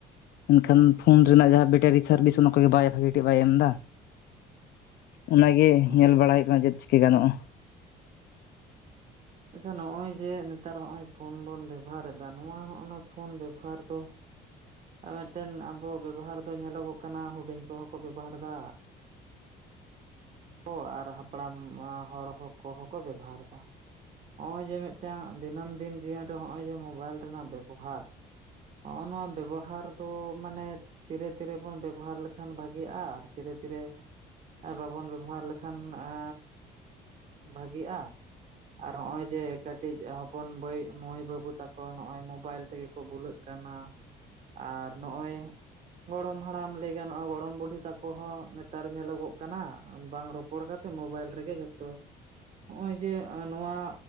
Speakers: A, on the left; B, on the right.
A: ᱮᱱᱠᱷᱟᱱ ᱯᱷᱳᱱ ᱨᱮᱱᱟᱜ ᱡᱟᱦᱟᱸ ᱵᱮᱴᱟᱨᱤ ᱥᱟᱨᱵᱷᱤᱥ ᱚᱱᱟ ᱠᱚᱜᱮ ᱵᱟᱭ ᱵᱷᱟᱹᱜᱤ ᱴᱷᱤᱡ ᱵᱟᱭ ᱮᱢ ᱮᱫᱟ᱾ ᱚᱱᱟᱜᱮ
B: ᱚ
A: ᱧᱮᱞ ᱵᱟᱲᱟᱭ ᱦᱳᱭᱳᱜ ᱠᱟᱱᱟ ᱪᱮᱫ ᱪᱤᱠᱟᱹ ᱜᱟᱱᱚᱜᱼᱟ᱾
B: ᱟᱪᱪᱷᱟ ᱱᱚᱜᱼᱚᱭ ᱡᱮ ᱱᱮᱛᱟᱨ ᱦᱚᱸᱜᱼᱚᱭ ᱯᱷᱳᱱ ᱵᱚᱱ ᱵᱮᱵᱷᱟᱨ ᱮᱫᱟ ᱱᱚᱣᱟ ᱦᱚᱸ ᱚᱱᱟ ᱯᱷᱳᱱ ᱵᱮᱵᱷᱟᱨ ᱫᱚ ᱟᱨ ᱢᱤᱫᱴᱮᱱ ᱟᱵᱚ ᱵᱮᱵᱷᱟᱨ ᱫᱚ ᱧᱮᱞᱚᱜᱚᱜ ᱠᱟᱱᱟ ᱦᱩᱰᱤᱧ ᱠᱚᱦᱚᱸ ᱠᱚ ᱵᱮᱵᱷᱟᱨᱫᱟ, ᱠᱚ ᱟᱨ ᱦᱟᱯᱲᱟᱢ ᱦᱚᱲ ᱠᱚᱦᱚᱸ ᱠᱚ ᱵᱮᱵᱷᱟᱨ ᱮᱫᱟ᱾ ᱦᱚᱜᱼᱚᱭ ᱡᱮ ᱢᱮᱫᱴᱟᱝ ᱫᱤᱱᱟᱹᱢ ᱫᱤᱱ ᱡᱤᱭᱚᱱ ᱨᱮ ᱦᱚᱜᱼᱚᱭ ᱡᱮ ᱢᱳᱵᱟᱭᱤᱞ ᱨᱮᱱᱟᱜ ᱵᱮᱵᱚᱦᱟᱨ, ᱦᱚᱜᱼᱚ ᱱᱚᱣᱟ ᱵᱮᱵᱚᱦᱟᱨ ᱫᱚ ᱢᱟᱱᱮ ᱛᱤᱨᱮ ᱛᱤᱨᱮ ᱵᱚᱱ ᱵᱮᱵᱚᱦᱟᱨ ᱞᱮᱠᱷᱟᱱ ᱵᱷᱟᱜᱮᱜᱼᱟ, ᱟᱨ ᱛᱤᱨᱮ ᱛᱤᱨᱮ ᱵᱟᱵᱚᱱ ᱵᱮᱵᱚ ᱦᱟᱨ ᱞᱮᱠᱷᱟᱱ ᱮᱻ ᱵᱷᱟᱜᱮᱜᱼᱟ᱾ ᱟᱨ ᱦᱚᱸᱜᱼᱚᱭ ᱡᱮ ᱠᱟᱹᱴᱤᱡ ᱦᱚᱯᱚᱱ ᱵᱟᱹᱭ ᱢᱟᱹᱭ ᱵᱟᱹᱵᱩ ᱛᱟᱠᱚ ᱱᱚᱜᱚᱭ ᱢᱳᱵᱟᱭᱮᱞ ᱛᱮᱜᱮ ᱠᱚ ᱵᱩᱞᱟᱹᱜ ᱠᱟᱱᱟ ᱟᱨ ᱱᱚᱜᱼᱚᱭ ᱜᱚᱲᱚᱢ ᱦᱟᱲᱟᱢ ᱞᱟᱹᱭ ᱜᱟᱱᱚᱜᱼᱟ ᱜᱚᱲᱚᱢ ᱵᱩᱰᱷᱤ ᱛᱟᱠᱚ ᱦᱚᱸ ᱱᱮᱛᱟᱨ ᱧᱮᱞᱚᱜᱚᱜ ᱠᱟᱱᱟ ᱵᱟᱝ ᱨᱚᱯᱚᱲ ᱠᱟᱛᱮ ᱢᱳᱵᱟᱭᱤᱞ ᱨᱮᱜᱮ ᱡᱚᱛᱚ, ᱱᱚᱜᱼᱚᱭ ᱡᱮ ᱱᱚᱣᱟ